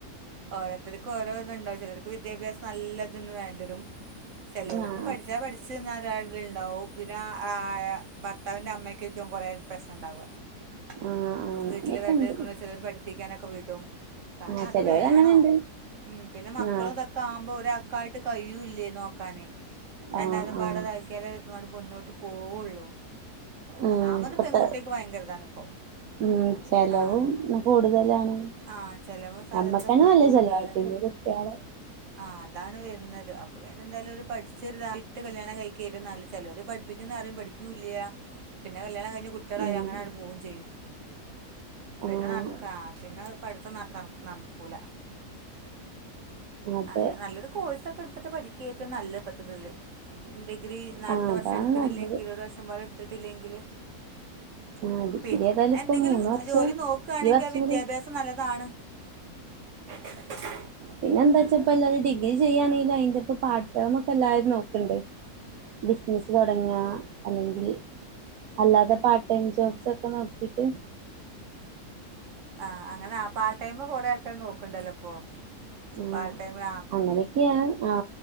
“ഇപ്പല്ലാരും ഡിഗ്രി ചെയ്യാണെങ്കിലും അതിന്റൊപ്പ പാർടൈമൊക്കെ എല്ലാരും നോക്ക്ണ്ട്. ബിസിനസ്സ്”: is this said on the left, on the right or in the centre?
Right